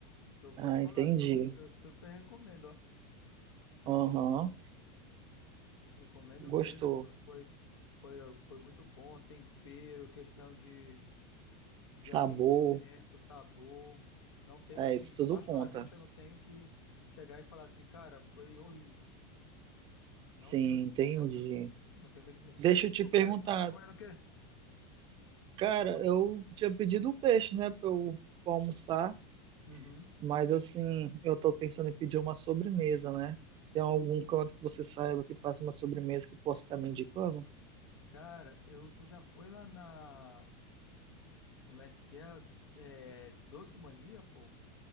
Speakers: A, on the left; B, on the right.
A: Eu vou
B: Ah,
A: te falar,
B: entendi.
A: su- eu super recomendo, ó. Recom-
B: Aham,
A: Recomendo
B: Gostou.
A: mesmo. Foi, foi, foi muito bom, tempero, questão de de atendimento,
B: Sabor.
A: sabor. Não tenho,
B: É,
A: assim,
B: isso tudo
A: particularmente
B: conta.
A: eu não tenho que chegar e falar assim, cara, foi horrível. Não
B: Sim,
A: tenho que,
B: entendi.
A: não tenho, não tenho o que dizer.
B: Deixa
A: E
B: eu
A: tu,
B: te perguntar,
A: cara, tu tá comendo o quê?
B: cara,
A: Eu.
B: eu tinha pedido peixe, né? Pra eu pra almoçar,
A: Uhum.
B: mas assim, eu tô pensando em pedir uma sobremesa, né? Tem algum canto que você saiba que faça uma sobremesa que possa estar me indicando?
A: Cara, eu, tu já foi lá na, como é que é? É, Doce Mania, pô?